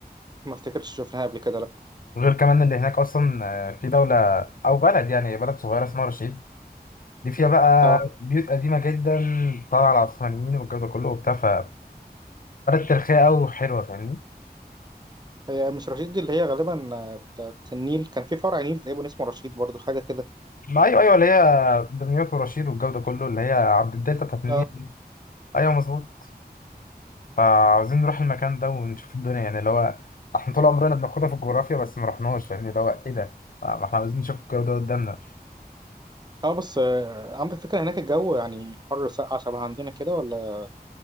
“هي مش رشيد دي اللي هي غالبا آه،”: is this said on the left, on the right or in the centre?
Right